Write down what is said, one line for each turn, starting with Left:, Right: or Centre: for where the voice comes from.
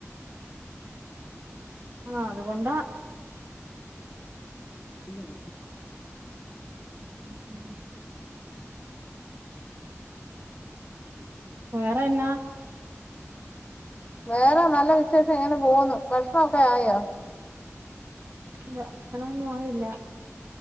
Right: ആഹ് അതുകൊണ്ടാ
Left: <unintelligible>
Right: <unintelligible> വേറെ എന്നാ
Left: വേറെ നല്ല വിശേഷം, ഇങ്ങനെ പോവുന്നു, ഭക്ഷണൊക്കെ ആയോ
Right: ഇല്ല ഭക്ഷണമൊന്നും ആയില്ല